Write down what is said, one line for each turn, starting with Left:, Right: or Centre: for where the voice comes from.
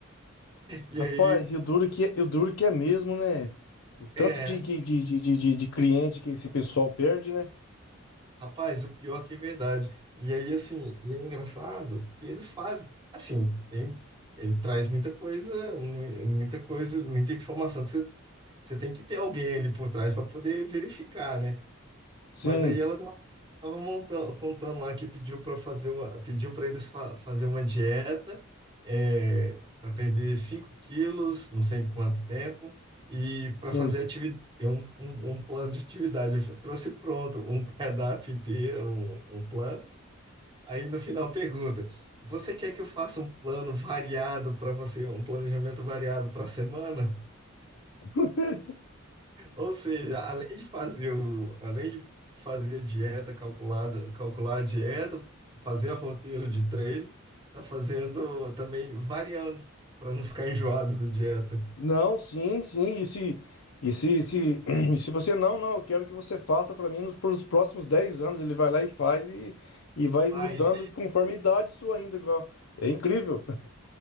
Right: E
Left: Rapaz,
Right: aí,
Left: e o duro que, é, e o duro que é mesmo, né? O tanto
Right: é,
Left: de, que- de, de, de, de de cliente que esse pessoal perde, né?
Right: rapaz, o pior que é verdade. E aí, assim, e é engraçado, que eles fazem, assim, tem, ele traz muita coisa, mu- muita coisa, muita informação que você, você tem que ter alguém ali por trás para poder verificar, né?
Left: Sim,
Right: Mas aí ela Tava montando, contando lá que pediu para fazer uma, pediu para eles fa- fazer uma dieta, é, para perder 5 quilos, não sei em quanto tempo, e para
Left: sim.
Right: fazer atividade, um, um, um plano de atividade. Eu trouxe pronto um cardápio inteiro, um, um plano. Aí no final pergunta: Você quer que eu faça um plano variado para você, um planejamento variado para a semana?
Left: <laughs>
Right: Ou seja, além de fazer o, além de fazer a dieta calculada, calcular a dieta, fazer a roteiro de treino, tá fazendo também variando para não ficar enjoado da dieta.
Left: Não, sim, sim. E se, e se, e se, <clears throat> e se você não, não, eu quero que você faça para mim nos pros próximos 10 anos. Ele vai lá e faz e, e vai
Right: Mas
Left: mudando conforme a idade sua ainda. igual. É incrível.